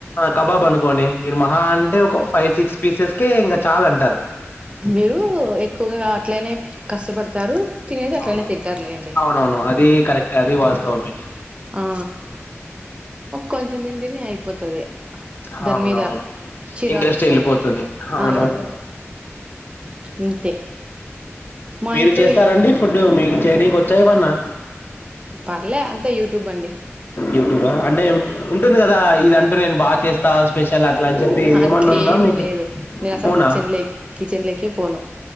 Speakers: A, on the left; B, on the right.
A: కబాబ్ అనుకోండి మీరు మహా అంటే ఒక ఫైవ్ సిక్స్ పీసెస్ కె ఇంకా చాలంటారు
B: మీరు ఎక్కువగా అట్లనే కష్టపడుత తారు తినేది అట్లనే
A: అవును
B: తింటారు లే అండి
A: అవునవును అది కరెక్ట్ అది వాస్తవమే
B: ఆ కొంచం తింటేనె అయిపోతది
A: హవునవును
B: దాని మీద చిరాకు
A: ఇంట్రెస్ట్
B: వస్తది
A: వెళ్ళిపోతుంది అవునవును
B: ఆ అంతే మా
A: మీరు
B: ఇంట్లో
A: చేస్తారంండి ఫుడ్డు మీకు చే యిడికి వచ్చా ఏమన్నా
B: పర్లే అంత యూట్యూబ్ అండి
A: యూట్యూబ అంటే ఉంటుంది కదా ఇది అంటూ నేను బాగా చేస్తా స్పెష షల్ అట్ల అని చెప్పి
B: అట్లేం
A: ఏమన్నా ఉందా మీకు
B: లేదు నేను అసలు
A: అవునా
B: కిచెన్ లే కిచెన్ లేకే పోను